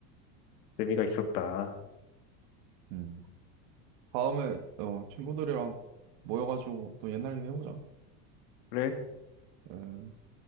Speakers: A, on the left; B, on the right.
A: 재미가 있었다.
B: 음. 다음에 어, 친구들이랑 모여가지고 또 옛날 얘기 해보자.
A: 그래?
B: 에.